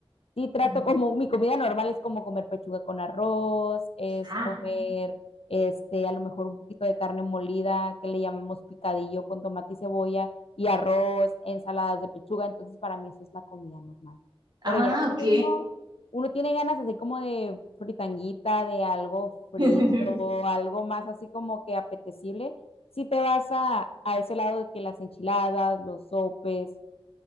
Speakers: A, on the left (about 80°); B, on the right (about 45°).
A: sí trato
B: Ujú.
A: como, mi comida normal es como comer pechuga con arroz, es
B: Ah,
A: comer, este, a lo mejor un poquito de carne molida, que le llamamos picadillo con tomate y cebolla, y arroz, ensaladas de pechuga, entonces para mí eso es la comida normal. Pero
B: ah,
A: ya
B: ok.
A: si uno, uno tiene ganas así como de fritanguita, de algo frito,
B: <laughs>
A: algo más así como que apetecible, si te vas a, a ese lado de que las enchiladas, los sopes,